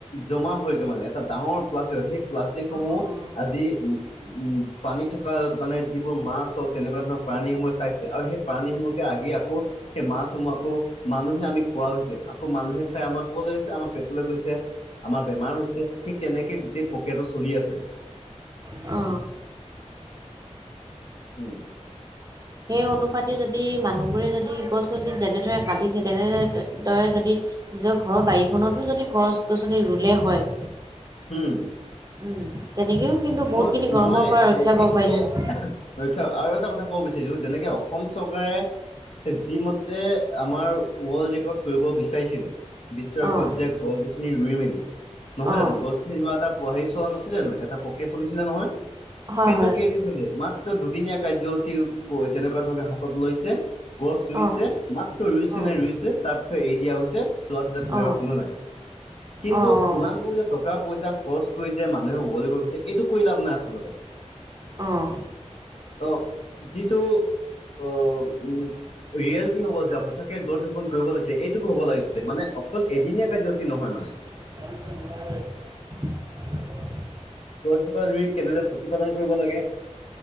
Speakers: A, on the left; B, on the right.
A: জমা হয়গৈ মানে, এটা ডাঙৰ প্লাষ্টিকৰ সেই প্লাষ্টিক সমূহ
B: অঁ অঁ
A: আজি উ উম - পানী থকা মানে যিবোৰ মাছ হওক তেনেকুৱা ধৰণৰ প্ৰাণীসমূহে খাইছে আৰু সেই প্ৰাণীসমূহকে আহি আকৌ - সেই মাছসমূহ আকৌ মানুহে আমি খোৱা হৈছে আকৌ মানুহে খাই আমাৰ কলে গৈছে আমাৰ পেটলে গৈছে আমাৰ বেমাৰ হৈছে ঠিক তেনেকে গোটেই প্ৰক্ৰীয়াটো চলি আছে।
B: অ।
A: উম।
B: সেই অনুপাতে যদি মানুহবোৰে যদি গছ গছনি যেনেদৰে কান্দিছে তেনেদৰে যদি - নিজৰ ঘৰ বাৰীখনতো যদি গছ গছনি ৰুলে হয়,
A: ওম
B: ওম তেনেকেও কিন্তু বহুতখিনি
A: মই
B: গৰমৰ
A: মই
B: পৰা ৰক্ষা পাব
A: এইখিনিতে
B: পাৰিলেহেঁতেন
A: - <unintelligible> আৰু এটা কথা ক'ব বিচাৰিছো যেনেকে অসম চৰকাৰে যি মতে আমাৰ ৱৰ্ল্ড ৰেকৰ্ড কৰিব বিচ- চাৰিছিলে বিশ্ব ৰেকৰ্ড
B: অঁ
A: যে গছ গছনি ৰুই মেলি নহয়
B: অঁ
A: জানো গছ গছনি ৰুৱা এটা হেৰি চলা নাছিলে জানো এটা প্ৰক্ৰিয়া চলিছিলে নহয়।
B: হয়
A: সেইটো
B: হয়
A: কেইদিন চলিল মাত্ৰ দুদিনীয়া কাৰ্যসূচী কৰি, তেনেকুৱা ধৰণকে হাতত লৈছে গছ ৰুইছে
B: অঁ
A: মাত্ৰ ৰুইছে
B: অঁ
A: নাই ৰুইছে তাৰ পিছত এৰি দিয়া হৈছে চোৱা চিতা তেনেকুৱা
B: অঁ
A: কোনো নাই কিন্তু
B: অঁ
A: ইমানবোৰ যে ট- কা প‌ইচা খৰচ কৰি যে মানুহে ৱৰ্ল্ড ৰেকৰ্ড গঢ়িছে, এইটো কৰি লাভ নাই আচলতে
B: অঁ অঁ
A: অ যিটো অ উম ৰিয়েলিটি হ'ব লাগিছিলে, সঁচাকে গছ ৰোপন কৰিব লাগিছিলে এইটো হ'ব লাগিছিলে মানে অকল এদিনীয়া কাৰ্যসূচী নহয় মানে।
B: <unintelligible>
A: গছ জোপা ৰুই কেনেদৰে প্ৰতিপালন কৰিব লাগে